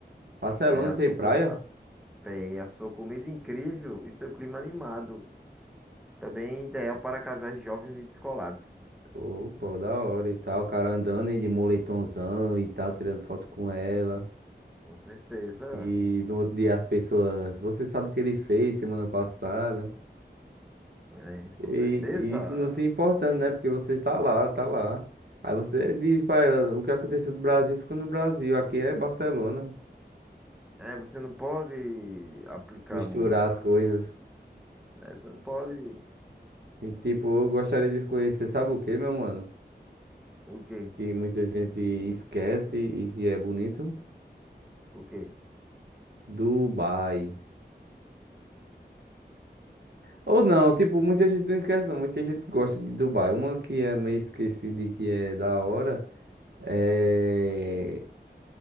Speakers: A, on the right; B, in the centre.
A: Barcelona
B: É a
A: tem
B: sua,
A: praia?
B: co- a- tem a sua comida incrível e seu clima animado. Também ideal para casais jovens e descolados.
A: Opa, da hora e tal. O cara andando aí de moletomzão e tal, tirando foto com ela.
B: Com certeza.
A: E no outro dia as pessoas, você sabe o que ele fez semana passada.
B: É,
A: E,
B: com certeza.
A: e isso não se importando, né? Porque você está lá, tá lá. Aí você diz pra ela, o que aconteceu no Brasil fica no Brasil. Aqui é Barcelona.
B: É, você não pode aplicar
A: Misturar
B: muito.
A: as coisas.
B: É, você não pode.
A: E, tipo, eu gostaria de conhecer, sabe o que, meu mano?
B: O quê?
A: Que muita gente esquece e que é bonito.
B: O quê?
A: Dubai. Ou não, tipo, muita gente não esquece, não. Muita gente gosta de Dubai. Uma que é meio esquecida e que é da hora é